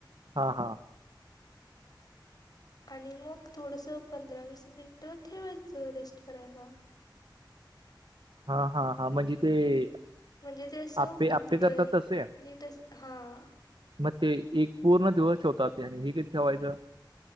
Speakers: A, on the right (about 75°); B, on the left (about 55°).
A: हा, हा..
B: आणि मग थोडसं पंधरा-वीस मिनिट ठेवायचं रेस्ट करायला.
A: हा, हा, हा... म्हणजे ते-
B: म्हणजे ते असं
A: आप्पे
B: फुगतंय,
A: आप्पे करतात तसे
B: नीटच हां...
A: मग ते एक पूर्ण दिवस ठेवतात ते आणि हे किती ठेवायचं?